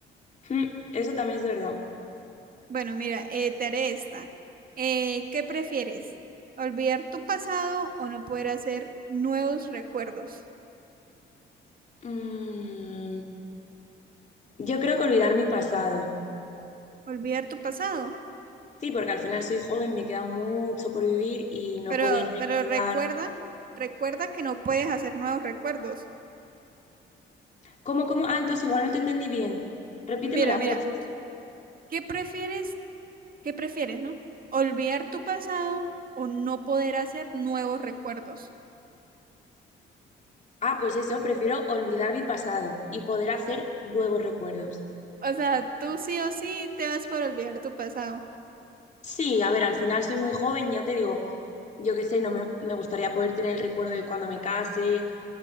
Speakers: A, on the left (about 35°); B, on the right (about 45°).
A: Mm, Eso también es verdad.
B: Bueno, mira, eh, te haré esta. Eh, ¿qué prefieres? ¿Olvidar tu pasado o no poder hacer nuevos recuerdos?
A: Mm, yo creo que olvidar
B: Ah,
A: mi pasado.
B: olvidar tu pasado,
A: Sí, porque al final soy joven, me queda mucho por vivir y no
B: pero,
A: poder recordar.
B: pero recuerda, recuerda que no puedes hacer nuevos recuerdos.
A: ¿Cómo, cómo? Ah, entonces igual no te entendí bien. Repítemela,
B: Mira, mira,
A: por favor.
B: ¿qué prefieres? ¿Qué prefieres, no? ¿Olvidar tu pasado o no poder hacer nuevos recuerdos?
A: Ah, pues eso, prefiero olvidar mi pasado y poder hacer nuevos recuerdos.
B: O sea, tú sí o sí te vas por olvidar tu pasado.
A: Sí, a ver, al final soy muy joven, ya te digo, yo qué sé, no me, me gustaría poder tener el recuerdo de cuando me case,